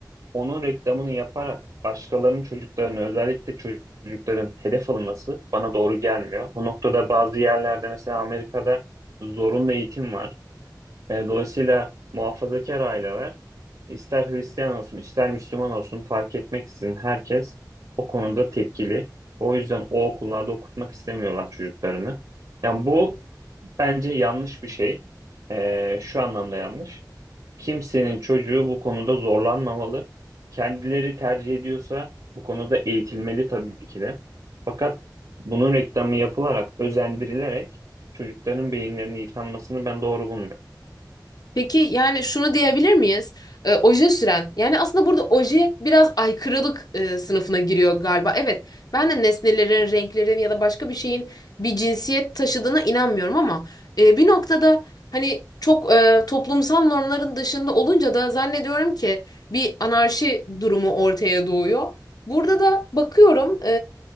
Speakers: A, on the right; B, on the left.
A: onun reklamını yaparak başkalarının çocuklarını özellikle çocukların hedef alınması bana doğru gelmiyor. Bu noktada bazı yerlerde mesela Amerika'da zorunlu eğitim var. E, dolayısıyla muhafazakar aileler ister Hristiyan olsun ister Müslüman olsun fark etmeksizin herkes o konuda tepkili. O yüzden o okullarda okutmak istemiyorlar çocuklarını. Yani bu bence yanlış bir şey. E, şu anlamda yanlış. Kimsenin çocuğu bu konuda zorlanmamalı. Kendileri tercih ediyorsa bu konuda eğitilmeli tabii ki de. Fakat bunun reklamı yapılarak, özendirilerek çocukların beyinlerini yıkanmasını ben doğru bulmuyorum.
B: Peki yani şunu diyebilir miyiz? Ee, oje süren. Yani aslında burada oje biraz aykırılık e, sınıfına giriyor galiba. Evet, ben de nesnelerin, renklerin ya da başka bir şeyin bir cinsiyet taşıdığına inanmıyorum ama e, bir noktada hani çok e, toplumsal normların dışında olunca da zannediyorum ki bir anarşi durumu ortaya doğuyor. Burada da bakıyorum